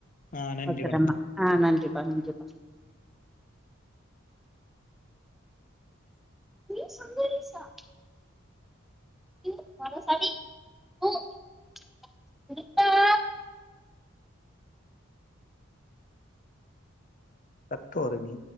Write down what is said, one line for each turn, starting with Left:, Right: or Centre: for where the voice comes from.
Left: ஆ நன்றி
Centre: ஒக்கறம்மா
Left: வணக்கம்
Centre: ஆ நன்றிப்பா நன்றிப்பா ரி சங்கரிசா <unintelligible> சரி <unintelligible>
Left: கத்தோற நீ